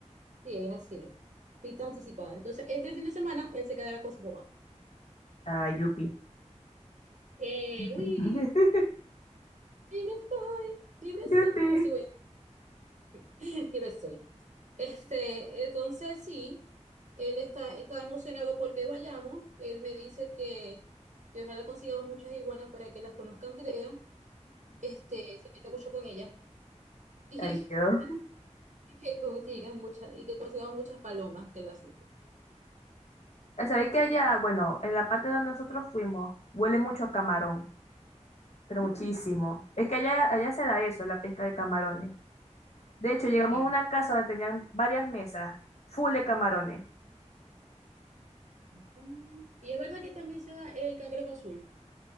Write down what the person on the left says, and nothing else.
Ah, yupi.
<laughs>
Yupi.
Ay, yo.
Sabéis que allá, bueno, en la parte donde nosotros fuimos, huele mucho a camarón, pero
muchísimo. Es que allá, allá se da eso, la pesca de camarones. De hecho, llegamos
a una casa donde tenían varias mesas, full de camarones.